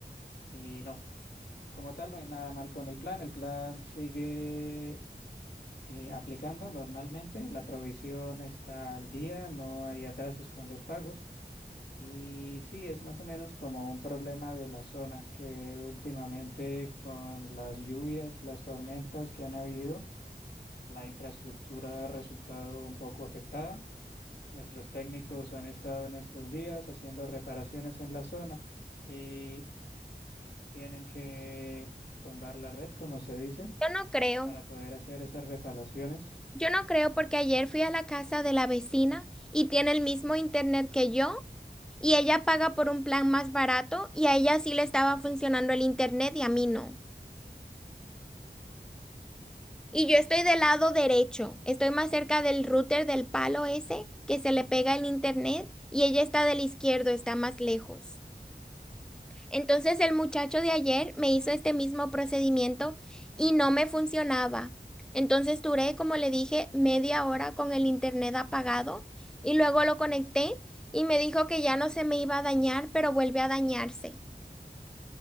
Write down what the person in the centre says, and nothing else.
Yo no creo.
Yo no creo porque ayer fui a la casa de la vecina y tiene el mismo internet que yo y ella paga por un plan más barato y a ella sí le estaba funcionando el internet y a mí no. Y yo estoy del lado derecho, estoy más cerca del router del palo ese que se le pega el internet y ella está del izquierdo, está más lejos. Entonces el muchacho de ayer me hizo este mismo procedimiento y no me funcionaba. Entonces duré, como le dije, media hora con el internet apagado y luego lo conecté y me dijo que ya no se me iba a dañar, pero vuelve a dañarse.